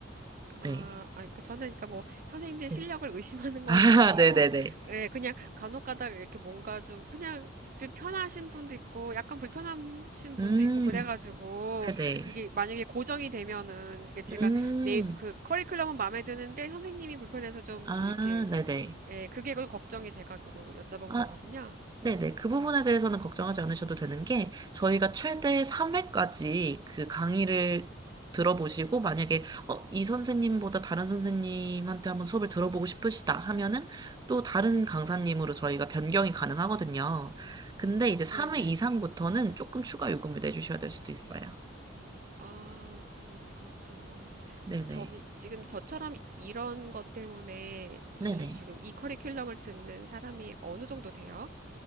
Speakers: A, on the right; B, on the right.
A: 아,
B: 네.
A: 아, 그러니까 저는 그러니까 뭐 선생님들
B: 네.
A: 실력을 의심하는
B: <laughs> 아,
A: 건 아니고,
B: 네네네.
A: 예, 그냥 간혹가다가 이렇게 뭔가 좀 그냥 편하신 분도 있고, 약간 불편하신
B: 음,
A: 분도 있고 그래가지고
B: 네네.
A: 이게 만약에 고정이 되면은 이게 제가
B: 음,
A: 내 그 커리큘럼은 마음에 드는데 선생님이 불편해서 좀
B: 아,
A: 이렇게
B: 네네.
A: 예, 그게 그 걱정이 돼가지고 여쭤본
B: 아,
A: 거거든요.
B: 네네. 그 부분에 대해서는 걱정하지 않으셔도 되는 게, 저희가 최대 3회까지 그 강의를 들어보시고, 만약에, 어, 이 선생님보다 다른 선생님한테 한번 수업을 들어보고 싶으시다 하면은, 또 다른 강사님으로 저희가 변경이 가능하거든요. 근데 이제
A: 네네.
B: 3회 이상부터는 조금 추가 요금을 내주셔야 될 수도 있어요.
A: 아, 그런, 그렇군요.
B: 네네.
A: 그, 저기, 지금 저처럼 이런 것 때문에 이,
B: 네네.
A: 지금 이 커리큘럼을 듣는 사람이 어느 정도 돼요?